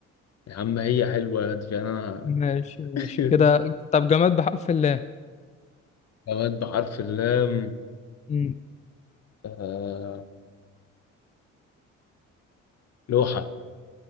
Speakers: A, on the left; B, on the left.
A: يا عم هي حلوة لاتفيا أنا
B: ماشي ماشي
A: <laughs>
B: كده طب جماد بحرف اللام
A: نبات بحرف اللام
B: مم.
A: آه لوحة